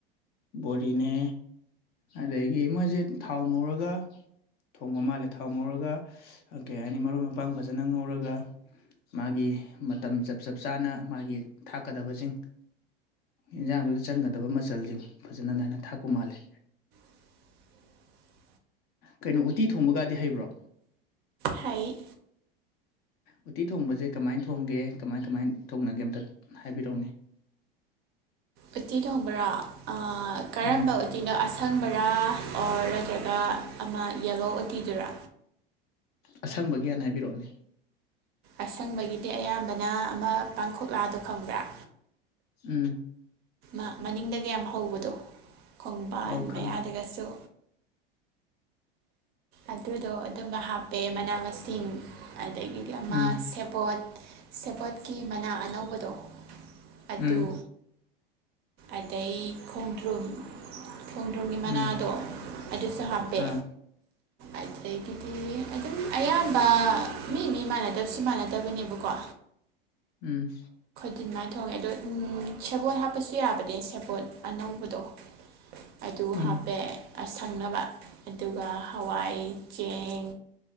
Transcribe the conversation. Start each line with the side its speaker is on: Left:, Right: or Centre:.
Left: ꯕꯣꯔꯤꯅꯦ ꯑꯗꯒꯤ ꯃꯣꯏꯁꯦ ꯊꯥꯎ ꯉꯧꯔꯒ ꯊꯣꯡꯕ ꯃꯥꯜꯂꯦ ꯊꯥꯎ ꯉꯧꯔꯒ ꯀꯩ ꯍꯥꯏꯅꯤ ꯃꯔꯣꯏ ꯃꯄꯥꯡ ꯐꯖꯅ ꯉꯧꯔꯒ ꯃꯥꯒꯤ ꯃꯇꯝ ꯆꯞ ꯆꯞ ꯆꯥꯅ ꯃꯥꯒꯤ ꯊꯥꯛꯀꯗꯕꯁꯤꯡ ꯏꯟꯁꯥꯡꯗꯨꯗ ꯆꯪꯒꯗꯕ ꯃꯆꯜꯁꯤꯡ ꯐꯖꯅ ꯅꯥꯏꯅ ꯊꯥꯛꯄ ꯃꯥꯜꯂꯦ
Right: <inaudible>
Left: ꯀꯩꯅꯣ ꯎꯇꯤ ꯊꯣꯡꯕꯒꯗꯤ ꯍꯩꯕ꯭ꯔꯣ
Right: ꯍꯩ
Left: ꯎꯇꯤ ꯊꯣꯡꯕꯁꯦ ꯀꯃꯥꯏ ꯊꯣꯡꯒꯦ ꯀꯃꯥꯏ ꯀꯃꯥꯏ ꯊꯣꯡꯅꯒꯦ ꯑꯝꯇ ꯍꯥꯏꯕꯤꯔꯛꯎꯅꯦ
Right: ꯎꯠꯇꯤ ꯊꯣꯡꯕ꯭ꯔꯣ ꯑꯥꯥ ꯀꯔꯝꯕ
Left: ꯎꯝ
Right: ꯎꯠꯇꯤꯅꯣ ꯑꯁꯪ ꯕꯔꯥ ꯑꯣꯔ ꯅꯠꯇ꯭ꯔꯒ ꯑꯃ ꯌꯦꯂꯣ ꯎꯇꯤꯗꯨꯔꯥ
Left: ꯑꯁꯪꯕꯒꯤ ꯍꯥꯟꯅ ꯍꯥꯏꯕꯤꯔꯛꯑꯣꯅꯦ
Right: ꯑꯁꯪꯕꯒꯤꯗꯤ ꯑꯌꯥꯝꯕꯅ ꯑꯃ ꯄꯥꯡꯈꯣꯛꯂꯥꯗꯣ ꯈꯪꯪꯕꯔ
Left: ꯎꯝ
Right: ꯑꯝ ꯃꯅꯤꯡꯗꯒ ꯌꯥꯝ ꯍꯧꯕꯗꯣ ꯈꯣꯡꯕꯥꯟ
Left: ꯑꯧ ꯈꯪꯉꯦ
Right: ꯃꯌꯥꯗꯒꯁꯨ ꯑꯗꯨꯗꯣ ꯑꯗꯨꯝꯕ ꯍꯥꯞꯄꯦ ꯃꯅꯥ ꯃꯁꯤꯡ ꯑꯗꯒꯤꯗꯤ ꯑꯃ
Left: ꯎꯝ
Right: ꯁꯦꯕꯣꯠ ꯁꯦꯕꯣꯠꯀꯤ ꯃꯅꯥ ꯑꯅꯧꯕꯗꯣ ꯑꯗꯨ
Left: ꯎꯝ
Right: ꯑꯗꯩ ꯈꯣꯡꯗ꯭ꯔꯨꯝ ꯈꯣꯡꯗ꯭ꯔꯨꯝꯒꯤ ꯃꯅꯥꯗꯣ
Left: ꯎꯝ
Right: ꯑꯗꯨꯁꯨ ꯍꯥꯞꯄꯦ
Left: ꯑꯥ
Right: ꯑꯗꯩ ꯑꯗꯨꯗꯒꯤ ꯑꯗꯨꯝ ꯑꯌꯥꯝꯕ ꯃꯤ ꯃꯤ ꯃꯥꯟꯅꯗꯕꯁꯨ ꯃꯥꯟꯅꯗꯕꯅꯦꯕꯀꯣ
Left: ꯎꯝ
Right: ꯇꯤꯟꯃꯥꯏꯅ ꯊꯣꯡꯉꯦ ꯑꯗꯣ ꯎꯝ ꯁꯦꯕꯣꯠ ꯍꯥꯞꯄꯁꯨ ꯌꯥꯕꯅꯦ ꯁꯦꯕꯣꯠ ꯑꯅꯧꯕꯗꯣ ꯑꯗꯨ
Left: ꯎꯝ
Right: ꯍꯥꯞꯄꯦ ꯑ ꯁꯪꯅꯕ ꯑꯗꯨꯒ ꯍꯋꯥꯏ ꯆꯦꯡ